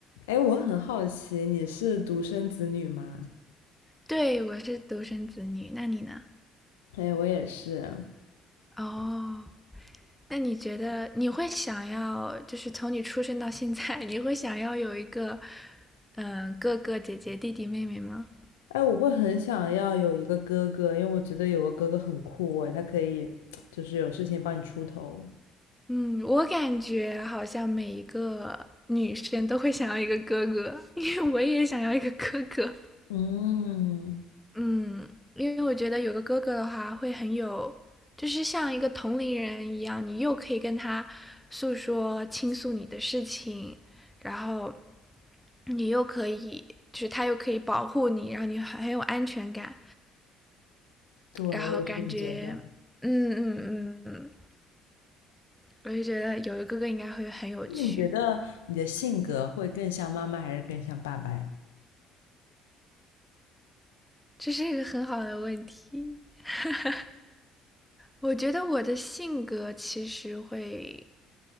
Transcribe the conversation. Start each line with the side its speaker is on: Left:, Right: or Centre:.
Left: 哎，我很好奇，你是独生子女吗？
Centre: 对，我是独生子女，那你呢？
Left: 哎，我也是。
Centre: 哦，那你觉得你会想要，就是从你出生到现在，<laughs> 你会想要有一个，嗯，哥哥、姐姐、弟弟、妹妹吗？
Left: 哎，我会很想要有一个哥哥，因为我觉得有个哥哥很酷哎，他可以就是有事情帮你出头。
Centre: 嗯，我感觉好像每一个女生都会想要一个哥哥，<laughs> 因为我也想要一个哥哥。
Left: 嗯，
Centre: 嗯，因为我觉得有个哥哥的话，会很有，就是像一个同龄人一样，你又可以跟他诉说、倾诉你的事情，然后你又可以，就是他又可以保护你，然后你很很有安全感，
Left: 对，我也是这么觉得。
Centre: 然后感觉，嗯嗯嗯嗯，我就觉得有个哥哥应该会很有趣，
Left: 那你觉得你的性格会更像妈妈还是更像爸爸呀？
Centre: 这是一个很好的问题。<laughs> 我觉得我的性格其实会。